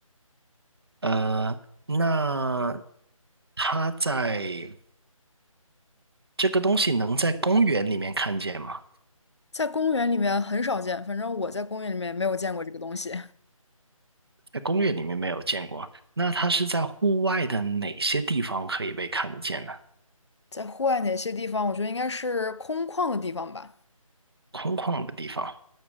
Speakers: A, on the right; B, on the left.
A: 呃，那它在这个东西能在公园里面看见吗？
B: 在公园里面很少见，反正我在公园里面没有见过这个东西。
A: 在公园里面没有见过。那它是在户外的哪些地方可以被看得见呢？
B: 在户外哪些地方，我觉得应该是空旷的地方吧，
A: 空旷的地方。